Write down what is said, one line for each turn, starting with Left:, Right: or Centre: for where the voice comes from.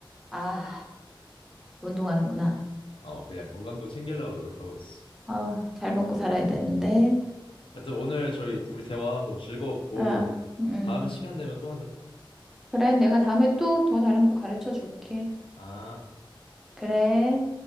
Centre: 아, 운동하는구나.
Left: 어, 그냥 건강도 챙기려고 노력하고 있어.
Centre: 아, 잘
Left: 아,
Centre: 먹고 살아야 되는데.
Left: 하여튼 오늘 저희 우리 대화 너무 즐거웠고
Centre: 아, 음.
Left: 다음에 시간 되면 또 하자.
Centre: 그래, 내가 다음에 또 더 다른 거 가르쳐 줄게.
Left: 아.
Centre: 그래.